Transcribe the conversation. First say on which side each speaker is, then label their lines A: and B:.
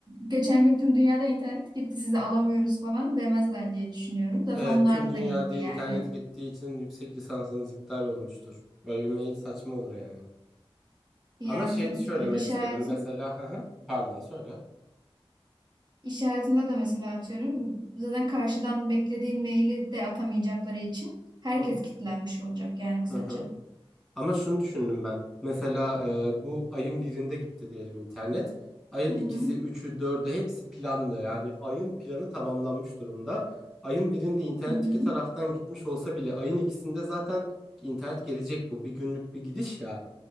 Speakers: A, on the right (about 45°); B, in the centre.
A: geçen gün tüm dünyada internet gitti sizi alamıyoruz falan demezler diye düşünüyorum. Zaten
B: Evet,
A: onlarda
B: tüm dünyada
A: da gitti
B: internet
A: yani.
B: gittiği için yüksek lisansınız iptal olmuştur. Böyle bir mail saçma olur yani.
A: Yani
B: Ama şey
A: tabii
B: söylemek
A: ki de iş
B: istedim
A: hayatı
B: mesela. <laughs> hı hı, Pardon söyle.
A: iş hayatında da mesela atıyorum zaten karşıdan beklediğin maili de atamayacakları için herkes
B: Hı hı.
A: kilitlenmiş olacak yani kısaca.
B: Hı hı. Ama şunu düşündüm ben. Mesela e, bu ayın birinde gitti diyelim internet. Ayın
A: Hı
B: ikisi,
A: hı.
B: üçü, dördü hepsi planlı. Yani ayın planı tamamlanmış durumda. Ayın birinde internet
A: Hı hı.
B: iki taraftan gitmiş olsa bile ayın ikisinde zaten internet gelecek bu. Bir günlük bir gidiş ya.